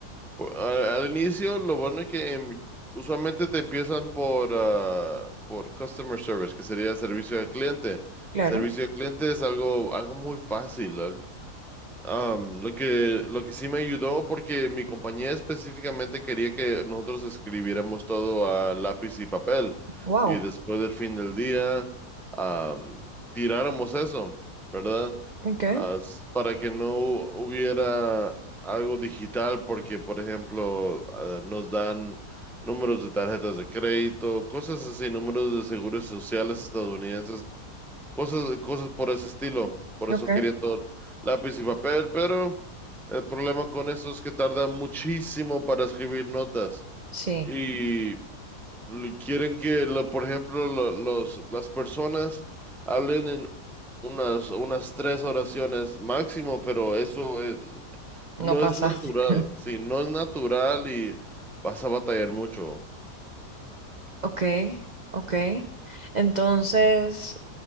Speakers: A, in the centre; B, on the right.
A: Pu- a- Al, inicio, lo bueno es que em, usualmente te empiezan por, ah, por customer service, que sería servicio al cliente.
B: Claro.
A: Servicio al cliente es algo, algo muy fácil, Am, lo que, lo que sí me ayudó, porque mi compañía específicamente quería que nosotros escribiéramos todo a lápiz y papel,
B: Wow.
A: y después del fin del día, am, tiráramos eso, ¿verdad?
B: Okay,
A: As- para que no hubiera algo digital, porque, por ejemplo, ah, nos dan números de tarjetas de crédito, cosas así, números de seguros sociales estadounidenses Cosas, cosas por ese estilo. Por
B: okay.
A: eso querían todo lápiz y papel, pero el problema con eso es que tardan muchísimo para escribir notas.
B: Sí,
A: Y l- quieren que, lo- por ejemplo, lo- los, las personas hablen en unas, unas tres oraciones máximo, pero eso eh, no
B: no pasa.
A: es natural.
B: <laughs>
A: Sí, no es natural y vas a batallar mucho,
B: Ok, ok. Entonces,